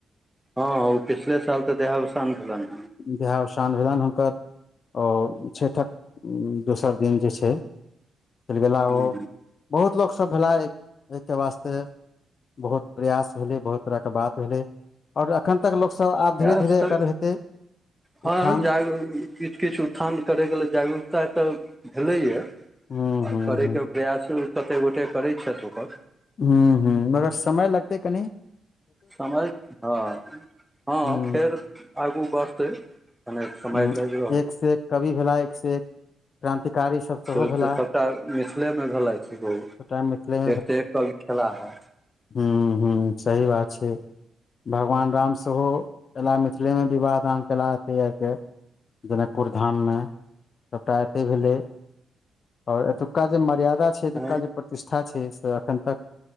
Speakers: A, in the centre; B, on the left (about 50°).
A: हँ ओ पिछले साल तऽ देहावसान भेलन
B: देहाव सान भेलनि हुनकर ओ छठिक दोसर दिन जे छै चलि गेला
A: हूँ
B: ओ बहुत लोकसभ भेला एहि एहिके वास्ते बहुत प्रयास भेलै बहुत तरहके बात भेलै आओर एखन तक लोकसब
A: प्रयास
B: आब धीरे धीरे
A: तऽ
B: एकर हेतै
A: हँ
B: उत्थान
A: जागरु किछु किछु उत्थान करयके लेल जागरूकता तऽ भेलैयए
B: हूँ
A: आ
B: हूँ
A: करयके
B: हूँ
A: प्रयासो कते गोटे करै छथि ओकर
B: हुं हुं मगर समय लगतै कनी
A: समय हँ हँ
B: हूँ
A: फेर आगू बढ़तै कने समय
B: हुं
A: लागि रहल
B: एक से एक कवि भेला एक से एक क्रांतिकारी सब सेहो
A: पहिले
B: भेला
A: सबटा मिथिलेमे भेलैथ बहुत
B: सबटा मिथिले
A: एकसँ एक से एक खेला है
B: हूं हूं सही बात छै भगवान राम सेहो एला मिथिले मे विवाह दान केला जनकपुर धाम मे सभटा एतै भेलै आओर एतुका जे मर्यादा छै
A: तैँ
B: एतुका जे प्रतिष्ठा छै से एखन तक